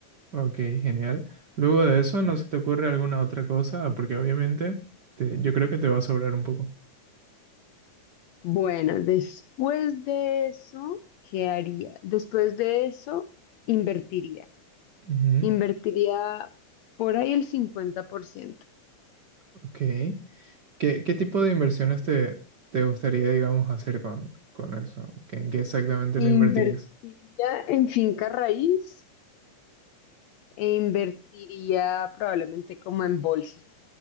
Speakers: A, on the right; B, on the left.
A: Ok, genial. Luego de eso, ¿no se te ocurre alguna otra cosa? Porque obviamente te- yo creo que te va a sobrar un poco.
B: Bueno, después de eso, ¿qué haría? Después de eso, invertiría.
A: Ujú,
B: Invertiría por ahí el cincuenta por ciento
A: Ok. ¿Qué, qué tipo de inversiones te, te gustaría, digamos, hacer con, con eso? ¿Qué- ¿En qué exactamente
B: Invertiría
A: lo invertirías?
B: en finca raíz e invertiría probablemente como en bolsa.